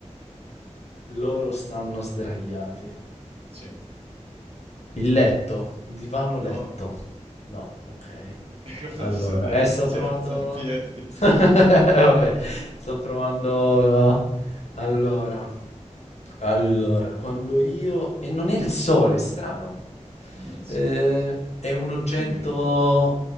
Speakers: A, on the left (about 60°); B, on the right (about 50°).
A: loro stanno sdraiati.
B: Sì.
A: Il letto, divano
B: No,
A: letto. No, ok.
B: <laughs> e quando
A: Allora,
B: tu sei sdraiato
A: eh, sto
B: si
A: provando.
B: alza in piedi.
A: <laughs> Vabbè, sto provando. uh, Allora, allora, quando io. E non è il sole, è strano.
B: Non è il sole.
A: Eh, è un oggetto.
B: È più di una cosa.